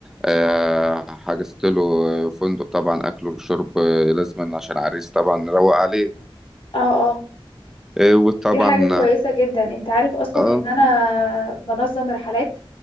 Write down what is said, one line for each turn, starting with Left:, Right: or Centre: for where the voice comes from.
Centre: آه، حجزت له فندق طبعا أكل وشرب آه، لازما عشان عريس طبعا نروق عليه
Left: اه اه
Centre: آه، وطبعا
Left: دي حاجة كويسة جدا انت عارف اصلا
Centre: اه
Left: ان انا بنظم رحلات